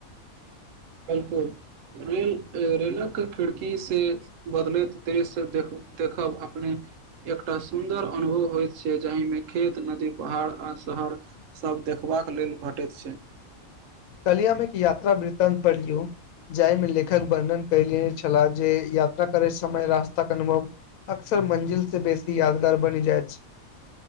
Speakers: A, on the right; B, on the left.
A: बिलकुल, रेल रेलक खिड़की से बदलैत दृश्य देख देखब अपने एकटा सुन्दर अनुभव होइत छै जाहिमे खेत, नदी, पहाड़ आ शहर सब देख देखबाक लेल भेटैत छै।
B: कलियामे एक यात्रा वृतान्त पढ़ियौ। जाहिमे लेखक वर्णन कयले छला जे यात्रा करे समय रास्ताक के अनुभव अक्सर मंजिल से बेसी यादगार बनि जाइत छै।